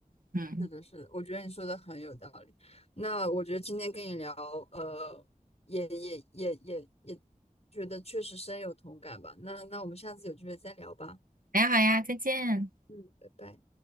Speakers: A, on the right (about 75°); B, on the left (about 50°).
A: 嗯，
B: 是的，是的，我觉得你说的很有道理。那我觉得今天跟你聊，呃，也也也也也觉得确实深有同感吧。那那我们下次有机会再聊吧。
A: 好呀好呀，再见。
B: 嗯，拜拜。